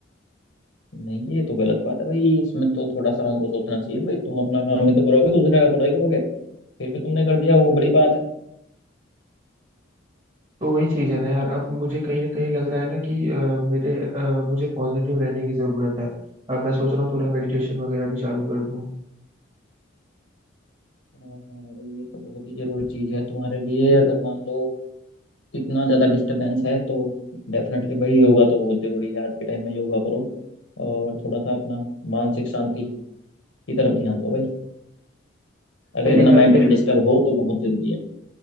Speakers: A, on the left; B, on the right.
A: नहीं ये तो गलत बात है भाई इसमें तो थोड़ा सा उनको सोचना चाहिए भाई तुम अपना काम ही तो करोगे दूसरे का थोड़ा ही करोगे फिर भी तुमने कर दिया वो बड़ी बात है
B: तो वही चीज़ है ना यार अब मुझे कहीं ना कहीं लग रहा है ना कि अ, मेरे अ, मुझे पॉजिटिव रहने की ज़रूरत है अब मैं सोच रहा हूँ थोड़ा मेडिटेशन वगैरह भी चालू कर दूँ
A: हाँ, ये तो बहुत ही जरूरी चीज है तुम्हारे लिए अगर मान लो इतना ज्यादा डिस्टरबेंस है तो डेफिनेटली भाई योगा तो बहुत जरूरी है आज के टाइम में योगा करो और थोड़ा सा अपना मानसिक शांति की तरफ ध्यान दो भाई अगर
B: लेकिन
A: इतना
B: यार
A: मेंटली
B: फिर
A: डिस्टर्ब हो तो बहुत जरूरी है